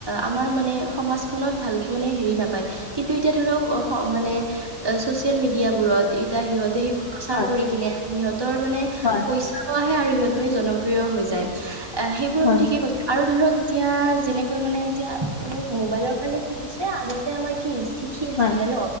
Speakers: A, on the right (about 20°); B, on the left (about 50°).
A: আমাৰ মানে সমাজখনত ভালকে মানে হেৰি নাপায়, কিন্তু এতিয়া ধৰক, অ', মানে চচিয়েল মিডিয়াাবোৰত এতিয়া সিহঁতে সেইবোৰ প্ৰচাৰ
B: হয়
A: কৰি কিনে সিহঁতৰ মানে
B: হয়
A: পইচাও আহে আৰু সিহঁত মানে জনপ্ৰিয় হৈ যায়। অ', সেইবোৰ
B: হয়
A: আপুনি ঠিকেই কৈছে আৰু ধৰক এতিয়া যেনেকৈ মানে এতিয়া মোবাইলৰ কাৰণে কি হৈছে? আগতে আমাৰ কি চিঠি আছিলে
B: হয়
A: ন'।